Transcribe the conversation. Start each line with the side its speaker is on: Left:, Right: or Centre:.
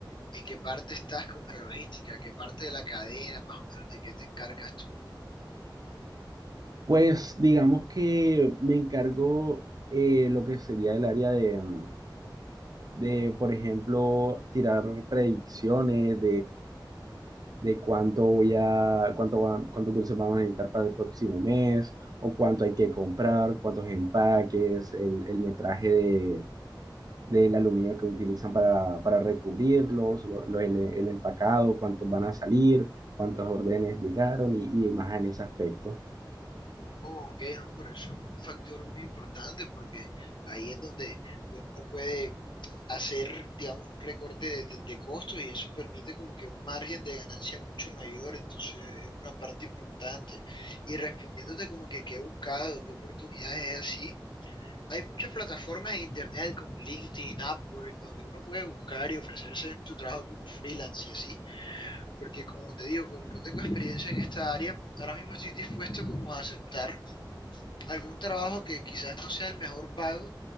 Left: en qué parte estás con la logística, qué parte de la cadena, más o menos, de qué te encargas tú.
Right: Pues digamos que me encargo eh, lo que sería el área de, mm, de, por ejemplo, tirar predicciones de cuánto voy a, cuánto va- cuántos dulces vamos a necesitar para el próximo mes, o cuánto hay que comprar, cuántos empaques, el, el metraje de, del aluminio que utilizan para, para recubrirlos, lo- lo- el, el empacado, cuántos van a salir, cuántos órdenes llegaron y, y más en ese aspecto.
Left: Oh, ok, no, pero eso es un factor muy importante porque ahí es donde pues, uno puede hacer, digamos, un recorte de, de- de costos y eso permite como que un margen de ganancia mucho mayor, entonces es una parte importante. Y respondiéndote como que qué he buscado, qué oportunidades es así, hay muchas plataformas de internet como LinkedIn, Upwork, donde uno puede buscar y ofrecerse su trabajo como freelance y así, porque como te digo, como no tengo experiencia en esta área, ahora mismo estoy dispuesto como a aceptar algún trabajo que quizás no sea el mejor pago,